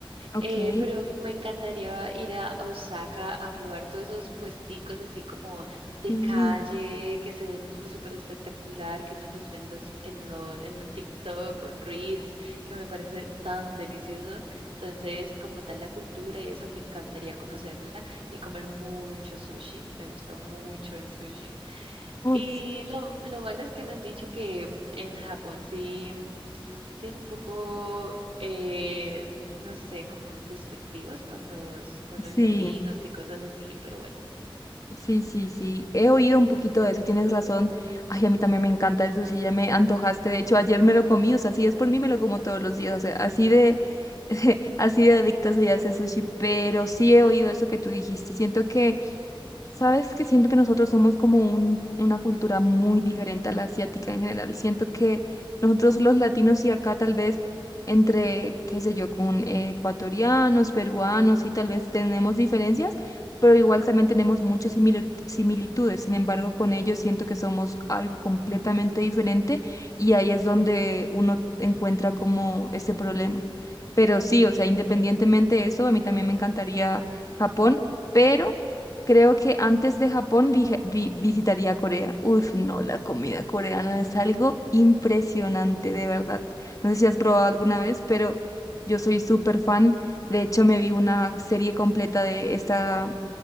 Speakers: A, on the left (about 35°); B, on the right (about 80°).
A: ok,
B: Eh, pero me encantaría ir a a Osaka a probar todos esos puesticos así como de
A: sí,
B: calle, que se ven tú- súper espectacular, que uno los ve en los, en lo, en el TikTok con Reels, que me parece tan delicioso. Entonces, como tal la cultura y eso, me encantaría conocerla y comer mucho sushi. Me gusta mucho el sushi.
A: uf,
B: Y lo, lo malo es que me han dicho que en Japón sí, sí es un poco, eh, no sé, como despectivos con los, con
A: sí,
B: los latinos y cosas así, pero bueno.
A: sí, sí, sí. He oído un poquito de eso, tienes razón. Ay, a mí también me encanta el sushi, ya me antojaste. De hecho, ayer me lo comí, o sea, si es por mí, me lo como todos los días, o sea, así de, <laughs> así de adicta soy a ese sushi, pero sí he oído eso que tú dijiste. Siento que Sabes que siento que nosotros somos como un, una cultura muy diferente a la asiática en general. Siento que nosotros los latinos y acá tal vez entre, qué sé yo, con ecuatorianos, peruanos y tal vez tenemos diferencias, pero igual también tenemos muchas simili- similitudes. Sin embargo, con ellos siento que somos algo completamente diferente y ahí es donde uno encuentra como ese problema. Pero sí, o sea, independientemente de eso, a mí también me encantaría Japón, pero... Creo que antes de Japón vije- vi- visitaría Corea. Uf, no, la comida coreana es algo impresionante, de verdad. No sé si has probado alguna vez, pero yo soy súper fan. De hecho, me vi una serie completa de esta